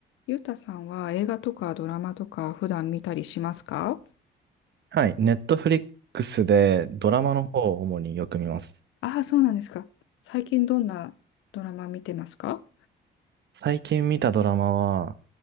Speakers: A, on the left; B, on the right.
A: ゆうたさんは映画とかドラマとか普段見たりしますか
B: はい。ネットフリックスでドラマの方を主によく見ます。
A: ああーそうなんですか。最近どんなドラマ見てますか
B: 最近見たドラマは、